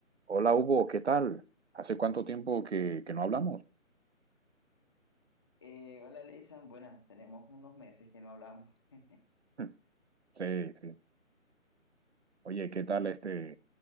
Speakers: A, on the right; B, on the left.
A: Hola Hugo, ¿qué tal? ¿Hace cuánto tiempo que, que no hablamos?
B: Eh, hola, Leysan. Buenas, tenemos unos meses que no hablamos. <laughs>
A: Hmm, Sí, sí. Oye, ¿qué tal este?